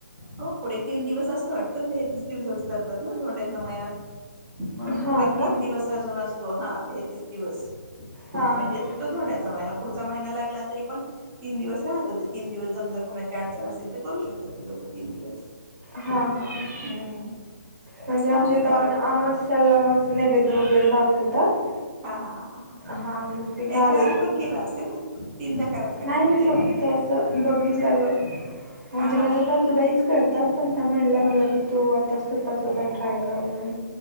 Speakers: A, on the right; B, on the right.
A: हो पुढे तीन दिवस असतं वाटतं ते तीच दिवसाच करतात ना धोंड्या च्या महिन्यात म्हणून
B: हा
A: पुढे तीन
B: का
A: दिवस अजून असतो हा ते दिवस,
B: हा
A: म्हणजे
B: हा
A: तो धोंड्या चा महिना पुढचा महिना लागला. तरी पण, तीन दिवस राहत ते तीन दिवस जमजर कोणाची अडचण असेल तर करू शकतात ते लोक. तीन दिवस..
B: हा हा ह
A: हम्म
B: म्हणजे
A: सांगतो
B: आमच्या इथ
A: तुम्हाला
B: अमावस्या
A: करून
B: ला च नैवेद्य
A: हा
B: वगैरे दाखवतात
A: हा हा हा
B: हा मग ते घाल....
A: याच्या आधी पण केलं <unintelligible> लागतं
B: नाही मी
A: ना देवाला
B: फक्त असं बघितल्याल. म्हणजे
A: हा
B: माझ्या
A: हा हा हा
B: सासूबाईच करतात पण त्या म्हणलं मला की तू... आ सुद्धा सुद्धा ट्राय कर म्हणून...